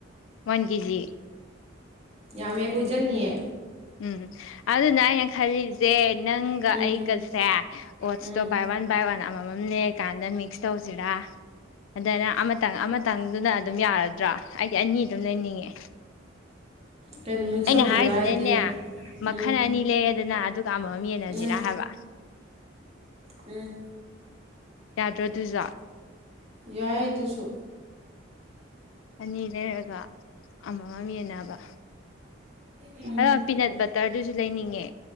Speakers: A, on the left; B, on the right.
A: ꯋꯥꯟ ꯀꯦꯖꯤ
B: ꯌꯥꯝꯃꯦ ꯀꯨꯏꯖꯠꯅꯤꯌꯦ
A: ꯎꯝ ꯑꯗꯨꯅ ꯑꯩꯅ ꯈꯜꯂꯤꯁꯦ ꯅꯪꯒ
B: ꯎꯝ
A: ꯑꯩꯒꯁꯦ ꯑꯣꯠꯁꯇꯣ
B: ꯎꯝ
A: ꯕꯥꯏ ꯋꯥꯟ ꯕꯥꯏ ꯋꯥꯟ ꯑꯃꯃꯝ ꯅꯦꯛꯔꯀꯥꯟꯗ ꯃꯤꯛꯁ ꯇꯧꯁꯤꯔꯥ ꯑꯗꯨꯅ ꯑꯃꯇꯪ ꯑꯃꯇꯪꯗꯨꯅ ꯑꯗꯨꯝ ꯌꯥꯔꯗ꯭ꯔꯥ ꯑꯩꯗꯤ ꯑꯅꯤ ꯑꯗꯨꯝ ꯂꯩꯅꯤꯡꯉꯦ
B: ꯀꯩꯅꯣ ꯃꯤꯛꯁ
A: ꯑꯩꯅ
B: ꯇꯧꯁꯤꯔꯥ
A: ꯍꯥꯏꯔꯤꯁꯤꯗꯩꯅꯦ
B: ꯍꯥꯏꯗꯤ ꯎꯝ
A: ꯃꯈꯜ ꯑꯅꯤ ꯂꯩꯔꯦꯗꯅ ꯑꯗꯨꯒ ꯑꯃꯃꯝ ꯌꯦꯟꯅꯁꯤꯔꯥ
B: ꯎꯝ
A: ꯍꯥꯏꯕ
B: ꯎꯝ
A: ꯌꯥꯗ꯭ꯔꯣꯗꯨꯖꯥ
B: ꯌꯥꯏꯗꯨꯁꯨ
A: ꯑꯅꯤ ꯂꯩꯔꯒ ꯑꯃꯃꯝ ꯌꯦꯟꯅꯕ
B: ꯎꯝ
A: ꯑꯥ ꯄꯤꯅꯠ ꯕꯇꯔꯗꯨꯁꯨ ꯂꯩꯅꯤꯡꯉꯦ